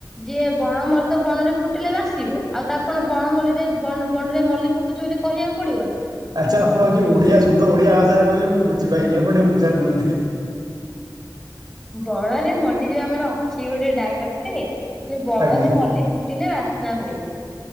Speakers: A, in the centre; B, on the right.
A: ଯିଏ ବଣ ମଲ୍ଲି ତ ବଣରେ ଫୁଟିଲେ ବାସିବ ଆଉ ତାକୁ କଣ ବଣ ମଲ୍ଲିରେ ବଣ-ବଣ-ବଣରେ ମଲ୍ଲି ଫୁଟୁଚି ବୋଲି କହିବାକୁ ପଡିବ ନା।
B: ଆଚ୍ଛା ଆପଣ ଯଦି ଓଡିଆ ସୁଧ ଓଡ଼ିଆ ଭାଷାରେ କହିଲେ ମୁଁ ବୁଝିପାଇଲିିନି ଆପଣ ଟିକେ ବୁଝାନ୍ତୁ ମତେ?
A: ବଣରେ ମଲ୍ଲି ଯୋଉ ଆମର ଅଛି ଗୋଟେ ଡାଇଲକ୍ ଟେ। ଯଉ ବଣରେ
B: ଆଜ୍ଞା
A: ମଲ୍ଲି ଫୁଟିଲେ ବାସ୍ନା ହୁଏ।